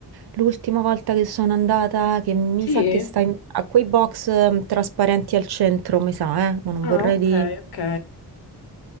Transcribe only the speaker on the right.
l'ultima volta che sono andata, che mi
sa che sta in- a quei box eh, trasparenti al centro, mi sa, eh, ma non
vorrei
di...